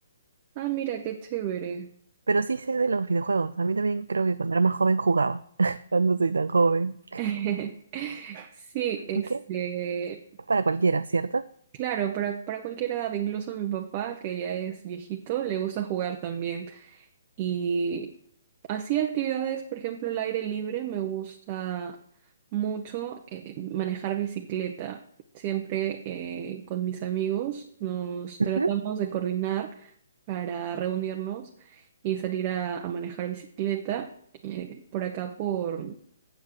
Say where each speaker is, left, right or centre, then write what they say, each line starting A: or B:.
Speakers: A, on the right (about 35°); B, on the right (about 75°).
A: Ah, mira, qué chévere.
B: Pero sí sé de los videojuegos. A mí también creo que cuando era más joven jugaba. <laughs> No soy tan joven.
A: <laughs> Sí, este,
B: ¿Ok? Para cualquiera, ¿cierto?
A: claro, para, para cualquier edad, incluso mi papá, que ya es viejito, le gusta jugar también. Y así actividades, por ejemplo, el aire libre, me gusta mucho eh, manejar bicicleta. Siempre eh, con mis amigos nos
B: Ujú,
A: tratamos de coordinar para reunirnos y salir a, a manejar bicicleta. Eh, por acá, por